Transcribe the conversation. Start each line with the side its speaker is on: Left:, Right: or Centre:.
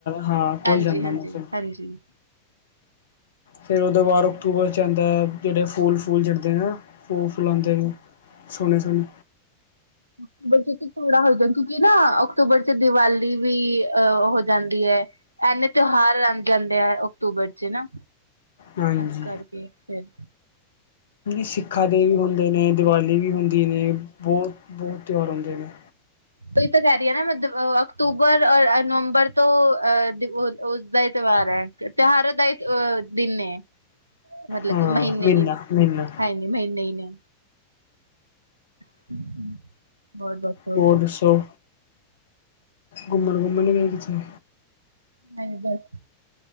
Left: ਹਾਂ ਖੁੱਲ
Right: ਹਾਂਜੀ,
Left: ਜਾਂਦਾ
Right: ਹਾਂਜੀ-ਹਾਂਜੀ।
Left: ਮੌਸਮ ਫਿਰ ਉਹਦੇ ਬਾਅਦ ਅਕਤੂਬਰ 'ਚ ਆਂਦਾ ਜਿਹੜੇ ਫੂਲ- ਫੂਲ ਚੜ੍ਹਦੇ ਆਂ। ਫੂ ਫਲਾਉਦੇ ਨੂੰ ਸੋਹਣੇ-ਸੋਹਣੇ।
Right: ਅਕਤੂਬਰ 'ਚ ਥੋੜਾ ਹੋ ਜਾਂ ਕਿਉਂਕਿ ਨਾ ਅਕਤੂਬਰ ਚ ਦੀਵਾਲੀ ਵੀ ਹੋ ਜਾਂਦੀ ਐ। ਇੰਨੇ ਤਿਉਹਾਰ ਆਈ ਜਾਂਦੇ ਆ ਅਕਤੂਬਰ 'ਚ ਨਾ।
Left: ਹਾਂਜੀ
Right: ਇਸ ਕਰਕੇ ਫਿਰ।
Left: ਸਿੱਖਾਂ ਦੇ ਵੀ ਹੁੰਦੇ ਨੇ, ਦੀਵਾਲੀ ਵੀ ਹੁੰਦੀ ਨੇ ਬਹੁਤ-ਬਹੁਤ ਤਿਉਹਾਰ ਹੁੰਦੇ ਨੇ।
Right: ਉਹੀ ਤਾਂ ਕਹਿ ਰਹੀ ਹ ਨਾ ਮ ਅਕਤੂਬਰ ਔਰ ਨਵੰਬਰ ਤੋਂ ਅਹ ਉਸਦਾ ਹੀ ਤਿਉਹਾਰ ਐ। ਤੇਹਾਰੋ ਦਾ ਈ ਅਹ ਦਿਨ ਨੇ। ਮਤਲਬ
Left: ਹਾਂ
Right: ਕਿ ਮਹੀਨੇ
Left: ਮਹੀਨਾ
Right: ਹੀ ਨੇ,
Left: ਮਹੀਨਾ
Right: ਹੈਜੀ ਮਹੀਨੇ ਹੀ ਨੇ। ਹੂੰ, ਬਹੁਤ-ਬਹੁਤ
Left: ਹੋਰ ਦੱਸੋ, ਘੁੰਮਣ-ਘੁੰਮਣ ਨਿ ਗਏ ਕਿਥੇ?
Right: ਨਹੀਂ ਬਸ।